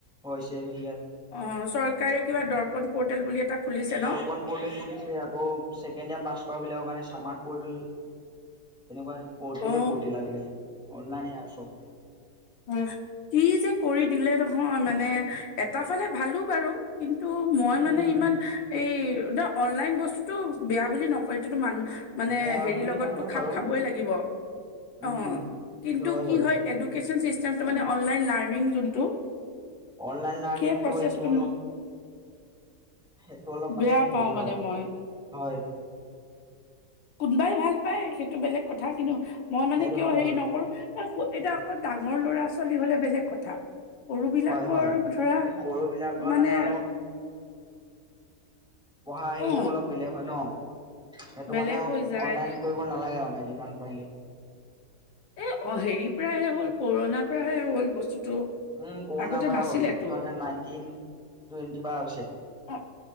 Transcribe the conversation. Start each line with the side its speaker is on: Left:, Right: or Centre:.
Centre: হৈছে সেইয়া।
Left: অ' চৰকাৰে কিবা দৰ্পন পৰ্টেল বুলি এটা খুলিছে
Centre: দৰ্পন
Left: ন
Centre: পৰ্টেল খুলিছে আকৌ ছেকেণ্ড ইয়াৰ পাছ কৰা বিলাকৰ কাৰণে চামাৰ্ট পৰ্টেল তেনেকুৱা পৰ্টেললে
Left: অ
Centre: পৰ্টেল আজিকালি অনলাইনে আৰু চব।
Left: কোৱা, কি যে কৰি দিলে নহয় মানে এটা ফালে ভালো বাৰু, কিন্তু ত মই
Centre: উম
Left: মানে ইমান এই দা অনলাইন বস্তুটো বেয়া বুলি নকয়, এইটোতো মানুহ মানে
Centre: বেয়া
Left: হেৰি
Centre: বুলি
Left: লগতো
Centre: নহয়
Left: খাপ
Centre: বাৰু
Left: খাবই লাগিব, অ'
Centre: উম
Left: কিন্তু
Centre: সেইটো
Left: কি
Centre: বাৰু
Left: হয় এডুকেশ্বন চিষ্টেমটো মানে অনলাইন লাৰ্ণিং যোনটো
Centre: অনলাইন লাৰ্ণিংটো
Left: সেই প্ৰচেছটো
Centre: এইটো অলপ সেইটো অলপ মানে
Left: বেয়া পাওঁ
Centre: হেৰি হয়,
Left: মানে মই
Centre: হয়।
Left: কোনোবাই ভাল পায় সেইটো বেলেগ কথা, কিন্তু মই মানে
Centre: সেইটো
Left: কিয়
Centre: হয়
Left: হেৰি
Centre: বাৰু
Left: নকৰোঁ
Centre: অ
Left: এতিয়া অকণ ডাঙৰ ল'ৰা-ছোৱালী হ'লে বেলেগ কথা। সৰু বিলাকৰ
Centre: হয় হয়
Left: ধৰা
Centre: এই সৰু বিলাকৰ
Left: মানে
Centre: অলপ পঢ়া হেৰিটো
Left: অ
Centre: অলপ বেলেগ হয় ন। সেইটো
Left: বেলেগ
Centre: মানে
Left: হৈ যায়
Centre: অনলাইন কৰিব নালাগে মানে যিমান পাৰিলে।
Left: এ অ' হেৰিৰ পৰাহে হ'ল কৰোণাৰ পৰাহে হ'ল বস্তুটো।
Centre: উম' কৰোণাৰ
Left: আগতে
Centre: পৰা
Left: নাছিলেতো
Centre: হ'ল টু থাউজেণ্ড নাইনটিন টুৱেণ্টিৰ পৰাই হৈছে।
Left: অ